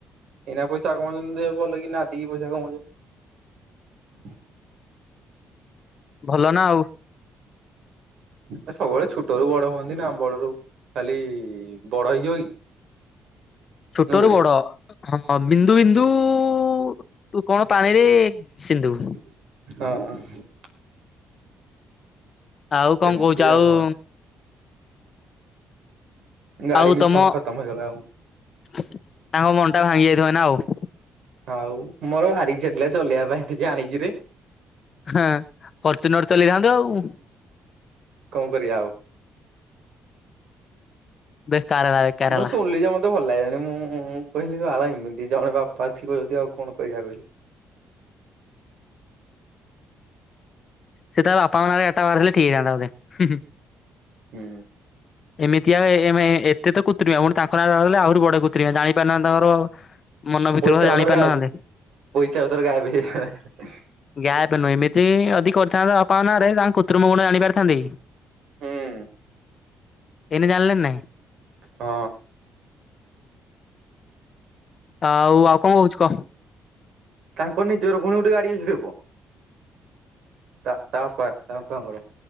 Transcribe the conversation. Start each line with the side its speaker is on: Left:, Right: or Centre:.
Right: ଏଇନା ପଇସା କମଉଛନ୍ତି ଭଲ କି ନାଦିକି ପଇସା କମଉଛନ୍ତି।
Left: ଭଲନା ଆଉ।
Right: ଏ ସବୁବେଳେ ଛୁଟରୁ ବଡ ହୁଅନ୍ତି ନା ବଡ଼ରୁ ଖାଲି ବଡ଼ ହେଇଯିବ କି?
Left: ଛୋଟ
Right: ନୁହୁଁକିରେ
Left: ରୁ ବଡ ହଁ ବିନ୍ଦୁ ବିନ୍ଦୁ ଟୁ କଣ ପାଣିରେ ସିନ୍ଧୁ।
Right: ହଁ।
Left: ଆଉ କଣ
Right: ଏମିତି
Left: କହୁଛ ଆଉ
Right: କଣ ଗାଡି
Left: ଆଉ
Right: ମିଶନ
Left: ତମ
Right: ଖତମ ହେଇଗଲା ଆଉ
Left: ତାଙ୍କ ମନଟା ଭାଙ୍ଗି ଯାଇଥିବ ଏଇନା ଆଉ।
Right: ଆଉ ମୋର ଭାରି ଇଛା ଥିଲା ଚଲେଇବା ପାଇଁ ଟିକେ ଆଣିକିରି।
Left: ହେଁ ଫର୍ଚୁନର ଚଲେଇଥାନ୍ତୁ ଆଉ।
Right: କଣ କରିବା ଆଉ।
Left: ବେକାର ହେଲା ବେକାର
Right: ମୁଁ
Left: ହେଲା
Right: ଶୁଣିଲି ଯେ ମ ତେ ଭଲ ଲାଗିଲାନି ମୁଁ କହିଲି ବାବା ଏମିତି ଜଣେ ବାପା ଥିବ ଯଦି ଆଉ କଣ କରିବା କହିଲୁ।
Left: ସେ ତା ବାପାଙ୍କ ନାଁ ରେ ଗାଡିଟା କରିଥିଲେ ଠିକ ହେଇଥାନ୍ତା ବୋଧେ।
Right: ହୁଁ।
Left: ଏମିତିଆ ଏ ଏତେ ତ କୃତ୍ରିମିଆଁ ପୁଣି ତାଙ୍କ ନାଁରେ ରହିଲେ ଆହୁରି ବଡ କୁତ୍ରିମିଆଁ ଜାଣିପାରୁନାହାନ୍ତି ତାଙ୍କର ମନ ଭିତର
Right: ପଇସା
Left: କଥା
Right: ପତର
Left: ଜାଣି ପାରୁନଥାନ୍ତେ
Right: ଗାଏବେ ପଇସା ପତର ଗାଏବେ ହେଇ
Left: ଗାଏବ ନୁହେଁ ଏମିତି ଜଦି କରିଥାନ୍ତା ତା ବାପାଙ୍କ ନାଁରେ ତାଙ୍କ କୁତ୍ରିମ ଗୁଣ ଜାଣିପାରିଥାନ୍ତେ କି?
Right: ହୁଁ।
Left: ଏଇନେ ଜାଣିଲେ ନା ନାହିଁ।
Right: ହଁ।
Left: ଆଉ ଆଉ କଣ କହୁଛିୁ କହ?
Right: ତାଙ୍କ ନିଜର ଫୁଣି ଗୁଟେ ଗାଡି ଅଛିରେ ପୁଅ ତାବାପା ତା ବାପାଙ୍କର।